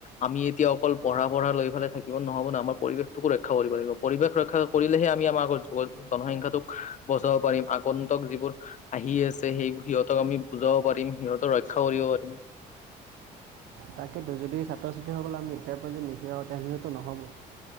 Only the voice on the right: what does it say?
তাকেতো যদি ছাত্ৰ ছাত্ৰীসকললে আমি ইয়াৰ পৰা যদি নিদিয়াওঁ তেনেহ'লেতো নহ'ব।